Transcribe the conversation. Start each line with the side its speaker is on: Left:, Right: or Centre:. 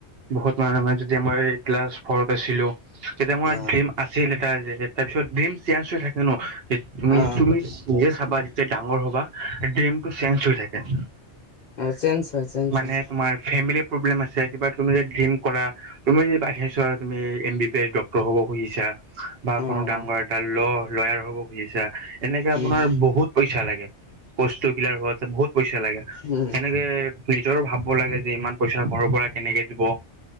Right: বহুত মানুহ মানে যেতিয়া মই ক্লাছ ফৰত পাইছিলো, তেতিয়া মই
Left: অ
Right: ড্ৰিম আছিল এটা যে তাৰপিছত ড্ৰীমচ চেঞ্জ হৈ থাকে ন, তে তুমি-তুমি
Left: অ
Right: নিজে চাবা যে ডাঙৰ হবা ড্ৰিমটো চেঞ্জ হৈ থাকে।
Left: অ চেঞ্জ হয় চেঞ্জ
Right: মানে
Left: হয়
Right: তোমাৰ ফেমিলি প্ৰব্লেম আছে কিবা তুমি যে ড্ৰিম কৰা, তুমি যদি <unintelligible> হোৱা তুমি এম বি পি এ ডক্টৰ হ'ব খুজিছা বা
Left: অ
Right: কোনো ডাঙৰ
Left: অ
Right: এটা ল লয়াৰ হ'ব খুজিছা এনেকে আপোনাৰ
Left: উম
Right: বহুত পইচা লাগে।। কষ্ট কিলাৰ হোৱা আছে বহুত পইচা লাগে।
Left: উম
Right: এনেকে নিজৰো ভাবিব লাগে যে ইমান পইচা ঘৰৰ পৰা কেনেকে দিব।